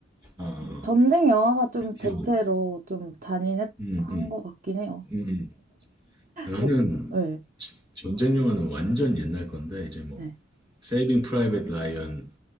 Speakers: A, on the right (about 20°); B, on the right (about 45°).
A: 아, 어,
B: 전쟁 영화가 좀
A: 기억이.
B: 대체로 좀 잔인한
A: 음, 음,
B: 것 같긴 해요.
A: 음, 음. 나는
B: 뭐, 예.
A: 전쟁 영화는 완전 옛날 건데 이제 뭐
B: 네.
A: 세이빙 프라이빗 라이언.